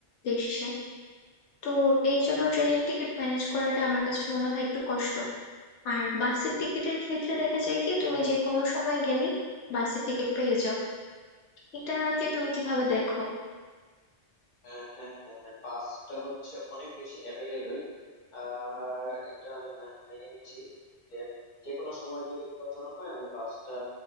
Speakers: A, on the left; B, on the left.
A: দেশে তো এই জন্য ট্রেনের টিকিট ম্যানেজ করাটা আমার কাছে মনে হয় একটু কষ্ট আর বাসের টিকিটের ক্ষেত্রে দেখা যায় কি তুমি যে কোনো সময় গেলে বাসের টিকিট পেয়ে যাও এটাকে তুমি কিভাবে দেখো
B: হ্যাঁ হ্যাঁ হ্যাঁ হ্যাঁ বাসটা হচ্ছে অনেক বেশি অ্যাভেলেবেল আহ এটা আমি মা- মেনে নিচ্ছি যে যে কোনো সময় যদি প্রয়োজন হয় আমি বাসটা